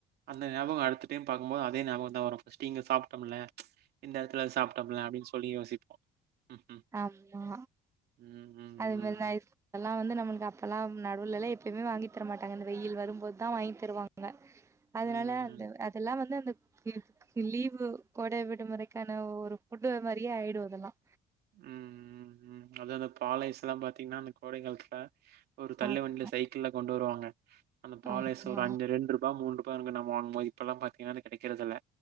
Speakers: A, on the right; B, on the right.
A: அந்த ஞாபகம் அடுத்த டைம் பாக்கும்போது அதே ஞாபகந்தா வரும் ஃபர்ஸ்ட்டு இங்க சாப்ட்டோம்ல இந்த எடத்துல சாப்டோம்ல்ல அப்படின்னு சொல்லி யோசிப்போம் ம் ம்
B: அம்மா
A: ம் ம்,
B: அது மாரி லைஃப்
A: ம்.
B: அதெல்லா வந்து நம்மளுக்கு அப்பெல்லா நடுவுலல்லா எப்பயுமே வாங்கி தரமாட்டாங்க இந்த வெயில் வரும்போது தா வாங்கி தருவாங்க அதனால
A: ம்,
B: அந்த அதெல்லா வந்து அந்த லீவு கோடை விடுமுறைக்கான ஒரு ஃபுட்டு மாரியே ஆயிடு அதெல்லாம்
A: ம் ம் ம் அது அந்த பாலைஸ் எல்லாம் பாத்தீங்கன்னா அந்த கோடை காலத்துல ஒரு தள்ளு
B: ஆமா
A: வண்டியில சைக்கிள்ல கொண்டு வருவாங்க அந்த பாலைஸு
B: ஆமா
A: ஒரு அஞ்சு ரெண்டு ரூபா மூன்று பாருங்க நம்ம வாங்குவோம் இப்பல்லாம் பாத்தீங்கன்னா அது கிடைக்கிறது இல்ல